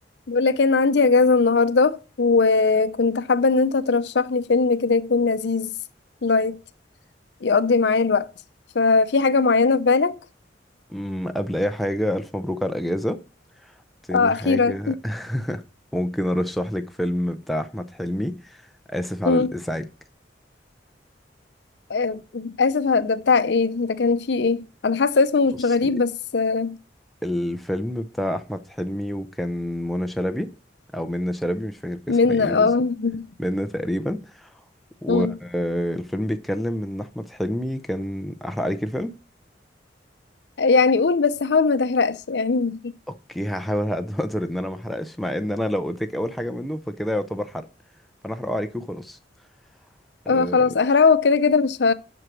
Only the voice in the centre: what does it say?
أمم، قبل اي حاجة الف مبروك على الاجازة تاني
حاجة
<laughs> ممكن ارشح لك فيلم بتاع احمد حلمي اسف على
الازعاج
بص
الفيلم بتاع احمد حلمي وكان منى شلبي او منى شلبي مش فاكر كان
اسمها ايه
بالظبط
منى تقريبا والفيلم
بيتكلم ان احمد حلمي كان احرق عليك الفيلم
اوكي هحاول على قد ما اقدر ان انا ما احرقش مع ان انا لو قلت لك اول حاجه منه فكده يعتبر حرق فانا احرقه عليكي وخلاص آه،